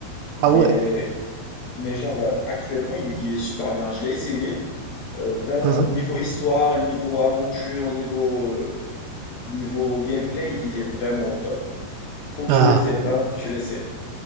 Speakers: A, on the right; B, on the left.
A: Ah
B: Mais,
A: ouais.
B: mais genre, euh, actuellement, il, est il est super bien. Je l'ai essayé. Euh, vraiment,
A: <laughs>
B: niveau histoire, niveau aventure, niveau, euh, niveau gameplay, il est vraiment au top. Faut que
A: Mhm.
B: tu l'essayes, vraiment, faut que tu l'essayes.